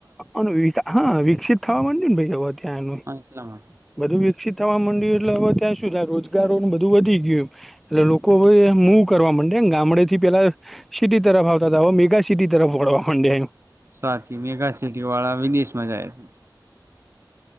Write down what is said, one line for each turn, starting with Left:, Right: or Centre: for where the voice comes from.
Centre: અન વિકા હન વિકસિત થાવા માંડયુ ને ભાઈ ત્યાં એનું.
Right: લા
Centre: બધું વિકસિત થવા મંડ્યું એટલે હવે ત્યાં શું થાય રોજગારોને બધું વધી ગ્યું. એટલે લોકો હવે મૂવ કરવા મંડ્યા ન ગામડેથી પેલા સિટી તરફ આવતા હતા હવ મેગા સિટી તરફ વળવા મંડ્યા એ.
Right: સાચી મેગાસિટીઓવાળા વિદેશમાં જાય છે.